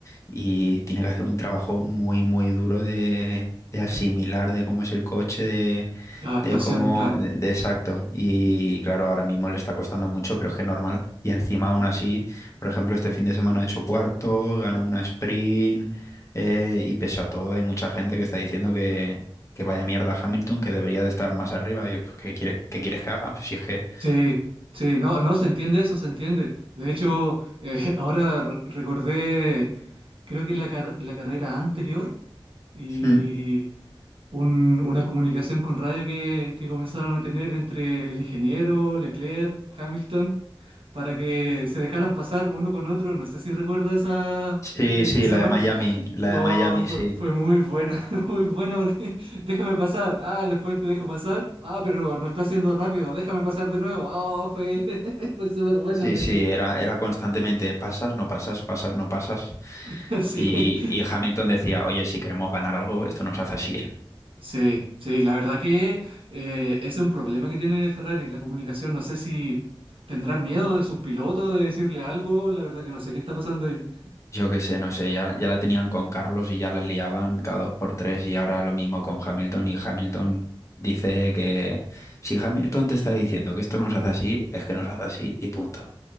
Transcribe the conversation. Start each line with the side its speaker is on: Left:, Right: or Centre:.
Left: y tiene que hacer un trabajo muy, muy duro de, de asimilar de cómo es el coche,
Right: la adaptación,
Left: de cómo,
Right: claro.
Left: de, de exacto. Y claro, ahora mismo le está costando mucho, pero es que normal. Y encima, aún así, por ejemplo, este fin de semana ha hecho cuarto, ganó una sprint, eh, y pese a todo, hay mucha gente que está diciendo que, que vaya mierda Hamilton, que debería de estar más arriba. Y yo, pues, ¿qué quieres, qué quieres que haga? Pues si es que.
Right: Sí, sí, no, no, se entiende eso, se entiende. De hecho, eh, <laughs> ahora re- recordé, creo que en la, car- la carrera anterior y
Left: Mm.
Right: un- una comunicación con radio que, que comenzaron a tener entre el ingeniero, Leclerc, Hamilton, para que se dejaran pasar uno con otro. No sé si recuerda esa,
Left: Sí,
Right: e- e-
Left: sí,
Right: esa
Left: la de
Right: parte.
Left: Miami, la
Right: Oh,
Left: de Miami,
Right: fue,
Left: sí.
Right: fue muy buena, <laughs> muy buena porque <laughs> déjame pasar. Ah, y después te dejo pasar. Ah, pero no está haciendo rápido. Déjame pasar de nuevo. Oh, fue, <laughs> fue súper buena.
Left: Sí,
Right: me-
Left: sí,
Right: me-
Left: era, era constantemente pasas, no pasas, pasas, no pasas.
Right: <laughs> Sí,
Left: Y, y Hamilton decía, oye, si queremos ganar algo, esto nos hace así.
Right: sí, sí. La verdad que eh, es un problema que tiene Ferrari, la comunicación. No sé si tendrán miedo de sus pilotos de decirle algo. La verdad que no sé qué está pasando ahí.
Left: Yo qué sé, no sé, ya, ya la tenían con Carlos y ya la liaban cada dos por tres y ahora lo mismo con Hamilton y Hamilton dice que si Hamilton te está diciendo que esto nos hace así, es que nos hace así y punto.